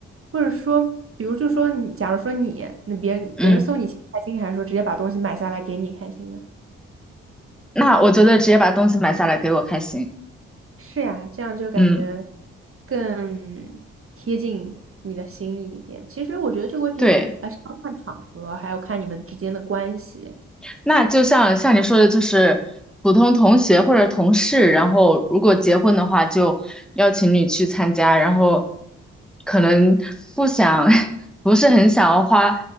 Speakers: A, on the right; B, in the centre.
A: 或者说，比如就说你，假如说你，那别人别人送你钱开心，
B: 嗯。
A: 还是说直接把东西买下来给你开心呢？
B: 那我觉得直接把东西买下来给我开心。
A: 是呀，这样就感觉
B: 嗯，
A: 更贴近你的心意一点。其实我觉得这个问题还是要看场合，
B: 对。
A: 还要看你们之间的关系。
B: 那就像像你说的，就是普通同学或者同事，然后如果结婚的话，就邀请你去参加，然后可能不想，<laughs> 不是很想要花